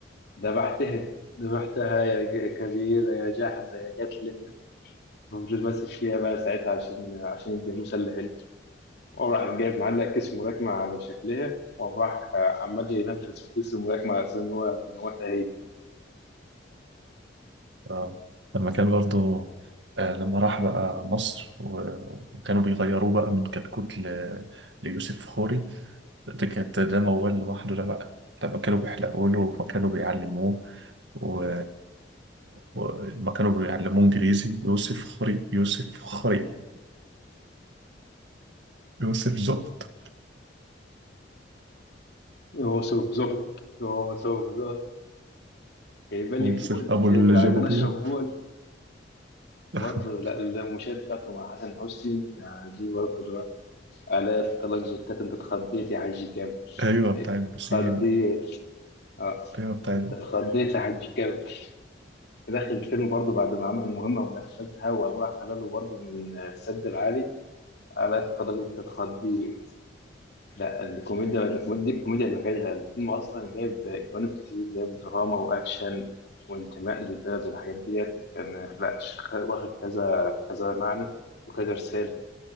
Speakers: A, on the left; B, on the right.
A: ذبحتها ذبحتها يا ج- كبيرة يا جحدة يا جتلة فضل ماسك فيها بقى ساعتها عشان عشان الجاموسة اللي حلت وراح جايب معلق كيس ملاكمة على شكلها وراح عمال ينفذ في كيس الملاكمة على أساس إن هو بيموتها هي
B: آه. لما كان برضه آه، لما راح بقى مصر و- وكانوا بيغيروه بقى من كتكوت ل... ليوسف فخوري ده كانت ده موال لوحده ده بقى لما كانوا بيحلقوا له وكانوا بيعلموه و... وما كانوا بيعلموه انجليزي يوسف خري يوسف خري يوسف زبط
A: هو سوف زوب هو سوف زوب جايبه لي
B: يوسف
A: بول
B: ابو
A: جايبه
B: اللي جاب
A: عايزين
B: ابوه
A: اشرب بول برضه
B: <laughs>
A: لا المشاهد بتاعته مع حسن حسني يعني دي برضه اللي هو آلاء طلاق زوجتك انت اتخضيت يا حاج كامل
B: ايوه بتاع
A: انت
B: البسين
A: اتخضيت اه
B: ايوه بتاع
A: انت
B: ال-
A: اتخضيت يا حاج كامل في داخل الفيلم برضه بعد ما عمل المهمه ونفذها وقام راح قال له برضه من السد العالي آلاء طلاق انت اتخضيت لا الكوميديا الكوميديا دي الكوميديا لوحدها الفيلم اصلا جايب جوانب كتير جايب دراما واكشن وانتماء للبلد والحاجات ديت كان لا ش- واخد كذا كذا معنى وكذا رساله